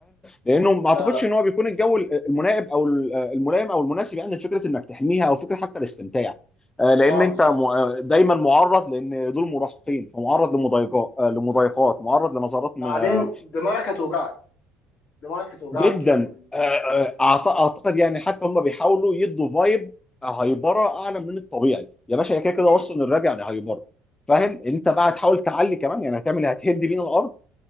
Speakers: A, on the left; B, on the left.
A: لانه ما
B: لا
A: اعتقدش
B: لا
A: ان هو بيكون الجو الملائم او الملائم او المناسب يعني لفكره انك تحميها او فكره حتى الاستمتاع آه، لان
B: اه
A: انت
B: بالظبط
A: مع- دايما معرض لان دول مراهقين فمعرض لمضايقات آه، لمضايقات معرض لنظرات
B: بعدين
A: م- آه،
B: دماغك هتوجعك دماغك هتوجعك
A: جدا
B: يعني من
A: آه، آه، أعت- اعتقد يعني حتى هم بيحاولوا يدوا فايب هايبره اعلى من الطبيعي يا باشا هي كده كده
B: مم.
A: اصلا الراب يعني هايبره فاهم انت بقى هتحاول تعلي كمان يعني هتعمل هتهد بينا الارض